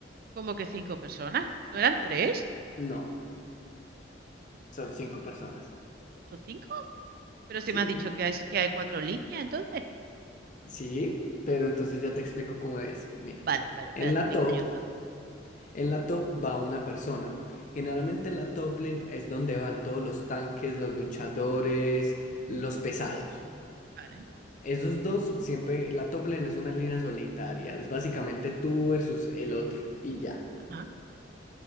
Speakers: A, on the right (about 50°); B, on the left (about 40°).
A: ¿Cómo que cinco personas? ¿No eran tres?
B: No, son cinco personas.
A: ¿Son cinco? Pero si
B: Sí,
A: me has dicho que hay, que hay cuatro líneas, entonces.
B: sí, pero entonces ya te explico cómo es. Mira,
A: Vale, vale, espérate,
B: en la
A: me
B: top,
A: callo todo
B: en la top va una persona. Generalmente en la top lane es donde van todos los tanques, los luchadores, los pesados.
A: Vale.
B: Esos dos siempre, la top lane es una línea solitaria, es básicamente tú versus el otro y ya.
A: Ajá.